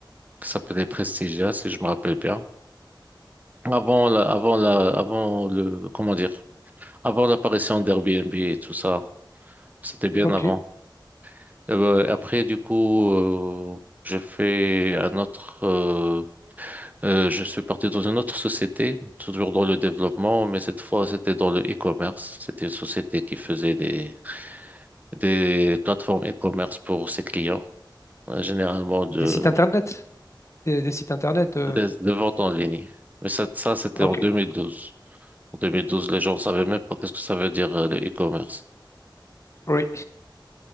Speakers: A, on the right (about 20°); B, on the left (about 35°).
A: qui s'appelait Prestigia, si je me rappelle bien. Avant la, avant la, avant le, comment dire, avant l'apparition d'Airbnb et tout ça, c'était bien
B: Ok.
A: avant. Euh, après, du coup, euh, j'ai fait un autre. euh, euh, je suis parti dans une autre société, toujours dans le développement, mais cette fois, c'était dans le e-commerce. C'était une société qui faisait des des plateformes e-commerce pour ses clients, euh, généralement de
B: Des sites internet? Des, des sites internet de,
A: de,
B: de-
A: de vente en ligne. Mais ça, ça c'était
B: Ok.
A: en 2012. En 2012, les gens ne savaient même pas qu'est-ce que ça veut dire euh, le e-commerce.
B: Oui,